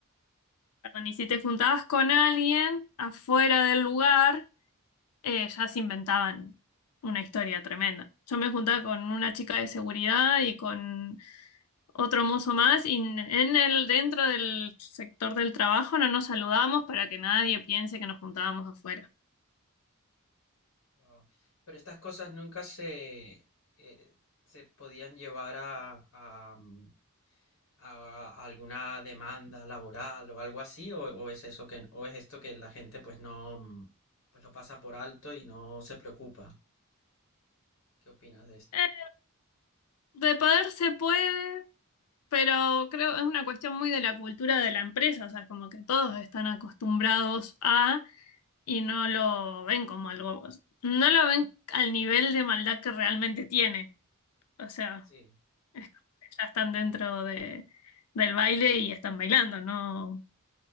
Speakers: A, on the left (about 80°); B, on the left (about 65°).
A: Y si te juntabas con alguien afuera del lugar, eh, ya se inventaban una historia tremenda. Yo me juntaba con una chica de seguridad y con otro mozo más, y en el, dentro del sector del trabajo no nos saludamos para que nadie piense que nos juntábamos afuera.
B: Wao. Pero estas cosas nunca se, eh, se podían llevar a, a, mm, a alguna demanda laboral o algo así, o, o es eso que, o es esto que la gente pues no, mm, pues lo pasa por alto y no se preocupa. ¿Qué opinas de esto?
A: Eh, de poder se puede, Pero creo que es una cuestión muy de la cultura de la empresa, o sea, como que todos están acostumbrados a y no lo ven como algo, no lo ven al nivel de maldad que realmente tiene. O sea,
B: Sí,
A: es como que ya están dentro de, del baile y están bailando, no,